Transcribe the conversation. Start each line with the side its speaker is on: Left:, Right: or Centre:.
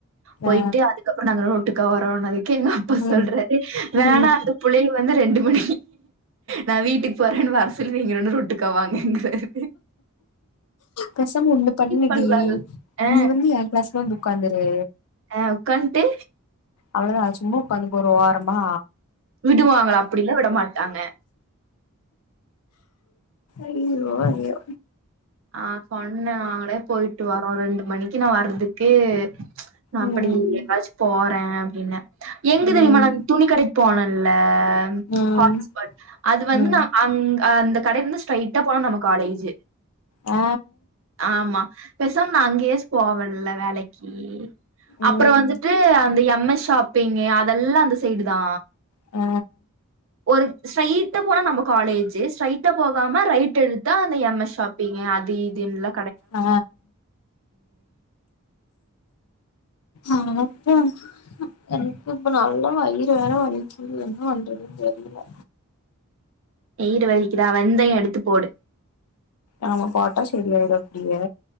Right: போய்ட்டு
Left: ஆ
Right: அதுக்கப்புறோ நாங்க ரோட்டுக்கா வரோனாளிக்கி எங்க அப்பா
Left: ம்
Right: சொல்றாரு வேணா
Left: ம்
Right: புள்ளைங்க வந்து ரெண்டுமே நா வீட்டுக்கு போறேன்னு வர சொல்லி ரொண்டு ரோட்டுக்கா வாங்கங்குறாரு
Left: பேசாம ஒண்ணு பண்ணுடி
Right: பண்றாங்க ஆ
Left: நீ வந்து எங் கிளாஸ்ல வந்து உக்காந்துரு
Right: ஆ உக்காண்டு
Left: அவ்ளோதா சும்மா உக்காத்துக்க ஒரு ஓரமா
Right: விடுவாங்களா அப்படிலா விடமாட்டாங்க
Left: ஐயோ ஐயோ
Right: ஆ சொன்னே நாங்களே போயிட்டு வரோ ரெண்டு மணிக்கி நா வர்றதுக்கு நா
Left: ம்
Right: அப்பிடியே எங்காச்சு போறே அப்டின்ன எங்க
Left: ம்
Right: தெரியுமா நா துணி கடைக்கி போனேல்ல
Left: ம்
Right: ஹாட்ஸ் பாட் அது வந்து
Left: ம்
Right: நா அங்க அந்த கடையிலருந்து ஸ்ட்ரைட்டா போனா நம்ம காலேஜி
Left: ஆ
Right: ஆமா பேசாம் நா அங்கயே போவேல்ல வேலைக்கி
Left: ம்
Right: அப்புறோ வந்துட்டு அந்த எம் எஸ் ஷாப்பிங் அதெல்லா அந்த சைடு தா
Left: அ
Right: ஒரு ஸ்ட்ரைடா போனா நம்ம காலேஜ் ஸ்ட்ரைட்டா போகாம ரைட் எடுத்தா அந்த எம் எஸ் ஷாப் எ அது இதுயில்லா
Left: ஆ ஆனா அப்போ எனக்கு இப்ப நல்லா வயிறு வேற வலிக்கிது என்ன பண்றதுன் தெரியல
Right: வயிறு வலிக்கிதா வெந்தயோ எடுத்து போடு
Left: ஆமா போட்டா சரியாயிடு அப்டியே